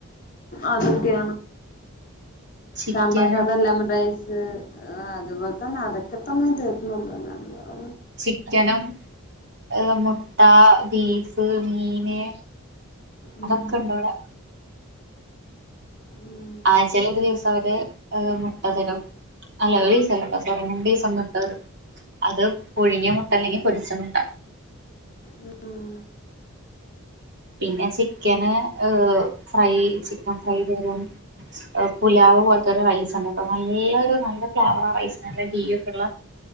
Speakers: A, on the left; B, on the right.
A: അതൊക്കെയ
B: ചിക്കനും
A: സാമ്പാർ സാധ ലെമൺ റൈസ് ആ അതുപോലെ തന്നെ അതൊക്കെ തന്നെ തെര്ണൊള്ളു അല്ലാണ്ട് വേറെ
B: ചിക്കനും ഏഹ മുട്ട ബീഫ് മീന്
A: ഉം
B: അതൊക്കെ ണ്ട് വടെ
A: ഉം
B: ആഴ്ചേല് ഒരു ദിവസം അവര് ഏഹ മുട്ട തരും അല്ല ഒരീസല്ലട്ടൊ സോറി രണ്ടീസം മുട്ട തെരും അത് പുഴുങ്യെ മുട്ട അല്ലെങ്കി പൊരിച്ച മുട്ട
A: ഉം
B: പിന്നെ ചിക്കന് ഹ് ഫ്രൈ ചിക്കൻ ഫ്രൈ തെരും ചിക്കൻപുലാവ് പോലത്തെരു റൈസ് ഉണ്ട് നല്ലൊരു നല്ല ഫ്ലേവറ ആ റൈസിന് നല്ല ഗീ ഒക്കെള്ള